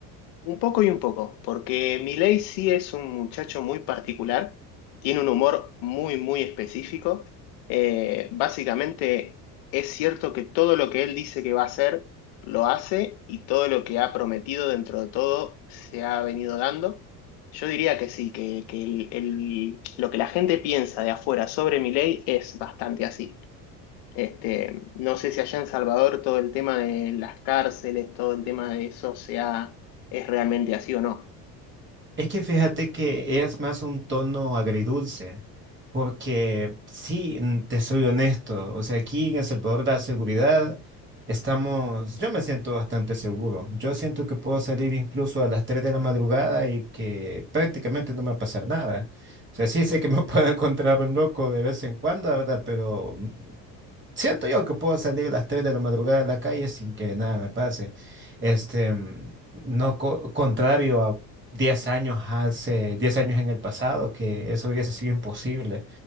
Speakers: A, on the left; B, on the right.
A: un poco y un poco, porque Milei sí es un muchacho muy particular, tiene un humor muy, muy específico. Eh, básicamente es cierto que todo lo que él dice que va a hacer, lo hace y todo lo que ha prometido dentro de todo se ha venido dando. Yo diría que sí, que, que el- el- lo que la gente piensa de afuera sobre Milei es bastante así. Este, no sé si allá en Salvador todo el tema de las cárceles, todo el tema de eso sea, es realmente así o no.
B: Es que fíjate que es más un tono agridulce, porque sí, mm, te soy honesto, o sea, aquí en El Salvador la seguridad estamos, yo me siento bastante seguro, yo siento que puedo salir incluso a las 3 de la madrugada y que prácticamente no me va a pasar nada. O sea, sí sé que me <laughs> puedo encontrar un loco de vez en cuando, ¿verdad? Pero Siento yo que puedo salir a las 3 de la madrugada a la calle sin que nada me pase. Este, mm, no co- contrario a 10 años hace, 10 años en el pasado, que eso hubiese sido imposible.